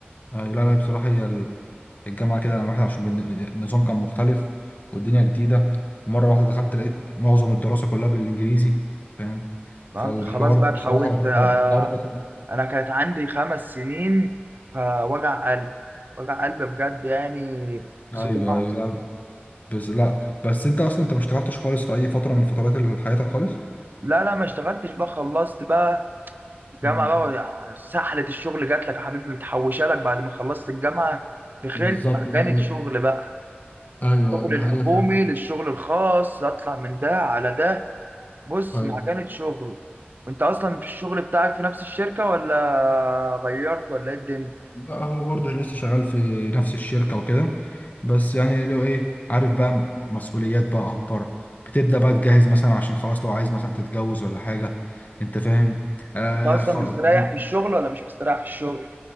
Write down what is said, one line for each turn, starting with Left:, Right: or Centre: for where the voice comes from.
Left: أيوة لا لا بصراحة هي الجامعة كده لما واحد عشان بالن- النظام كان مختلف والدنيا جديدة ومرة واحدة دخلت لقيت معظم الدراسة كلها بالإنجليزي فاهم
Right: فانت
Left: فالحوار
Right: خلاص بقى
Left: ده
Right: اتحولت
Left: بصراحة الحوار
Right: آه،
Left: الحوار ده
Right: انا كانت عندي خمس سنين فوجع قلب وجع قلب بجد يعني صداع
Left: أيوه أيوه لا بس لا بس أنت أصلا أنت ما اشتغلتش خالص في أي فترة من فترات ال- حياتك خالص؟
Right: لا لا ما اشتغلتش بقى خلصت بقى
Left: مم.
Right: جامعة بقى سحلة الشغل جات لك يا حبيبي متحوشة لك بعد ما خلصت الجامعة دخلت
Left: بالظبط
Right: مكانة
Left: دي حقيقة.
Right: شغل بقى
Left: ايوه
Right: الشغل
Left: ايوه دي
Right: الحكومي
Left: حقيقة فعلا
Right: للشغل الخاص اطلع من ده على ده بص
Left: ايوه
Right: مكانة شغل انت اصلا في الشغل بتاعك في نفس الشركة ولا غيرت ولا ايه الدنيا
Left: لا هو برضه لسه شغال في نفس الشركة وكده بس يعني لو ايه عارف بقى مسؤوليات بقى أكبر بتبدأ بقى تجهز مثلا عشان خلاص لو عايز مثلا تتجوز ولا حاجة أنت فاهم آه
Right: انت اصلا
Left: خلاص
Right: مستريح
Left: يعني-
Right: في الشغل ولا مش مستريح في الشغل